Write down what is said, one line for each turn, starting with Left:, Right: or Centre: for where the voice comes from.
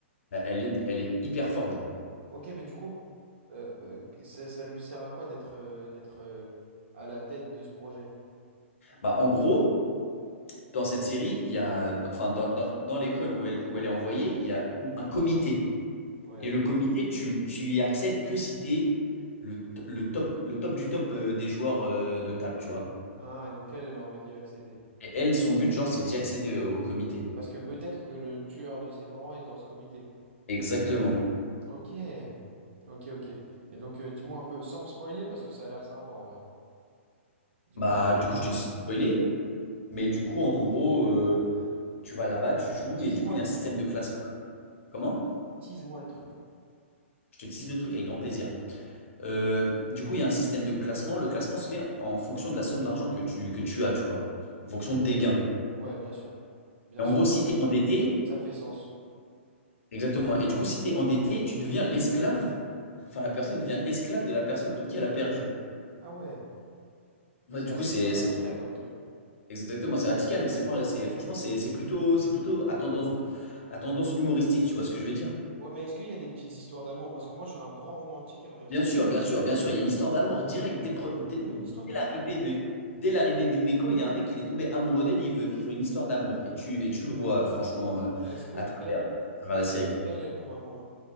Left: bah, elle est, elle est hyper forte, genre.
Right: Ok, mais du coup. euh, euh, ça, ça lui sert à quoi d'être euh, d'être euh, à la tête de ce projet?
Left: Bah, en gros, dans cette série, il y a, enfin, dans, dans- dans l'école où elle, où elle est envoyée, il y a une- un comité.
Right: Ouais.
Left: Et le comité, tu, tu y accèdes que si t'es le, t- le top, le top du top euh, des joueurs euh, de table, tu vois.
Right: Ah, et donc elle, elle a envie d'y accéder.
Left: Et elle, son but, genre, c'est d'y accéder euh, au comité.
Right: Parce que peut-être que le tueur de ses parents est dans ce comité.
Left: Exactement.
Right: Ok. Ok, ok. Et donc, euh, dis-moi un peu, sans me spoiler, parce que ça a l'air sympa en vrai. Dis-moi
Left: Bah, du
Right: un
Left: coup,
Right: peu,
Left: je
Right: euh,
Left: te dis sans spoiler, mais du coup, en gros, euh, tu vas là-bas, tu joues,
Right: tease-moi
Left: et du coup, il
Right: le
Left: y a
Right: truc.
Left: un système de classement. Comment?
Right: Tease-moi le truc.
Left: Je te tease le truc avec grand plaisir. Euh, du coup, il y a un système de classement. Le classement se fait en fonction de la somme d'argent que tu, que tu as, tu vois. En fonction de tes gains.
Right: Ouais, bien sûr. Bien
Left: Et en
Right: sûr.
Left: gros, si tu es endetté,
Right: Ça fait sens.
Left: exactement. Et du coup, si tu es endetté, tu deviens l'esclave. Enfin, la personne devient esclave de la personne contre qui elle a perdu.
Right: Ah ouais,
Left: Ouais,
Right: c'est
Left: du
Right: assez
Left: coup, c'est
Right: euh, radical
Left: c'est-
Right: comme truc.
Left: exactement, c'est radical, mais c'est fran- c'est- franchement, c'est c'est plutôt, c'est plutôt à tendance, à tendance humoristique, tu vois ce que je veux dire?
Right: Ouais, mais est-ce qu'il y a des petites histoires d'amour? Parce que moi, je suis un grand romantique, à vrai dire.
Left: Bien sûr,
Right: Manuel,
Left: bien sûr,
Right: tu
Left: bien
Right: me connais.
Left: sûr, il y a une histoire d'amour directe. Dès le pre- dès-
Right: Ah,
Left: dès
Right: il y a une histoire d'amour.
Left: l'arrivée de, dès l'arrivée du Meco, il y a un mec, il est tombé amoureux d'elle, il veut vivre une histoire d'amour. Et tu, et tu le vois, euh, franchement, euh,
Right: Mais est-ce que
Left: à travers,
Right: elle,
Left: à travers la
Right: est-ce
Left: série.
Right: que elle, elle tombe amoureuse?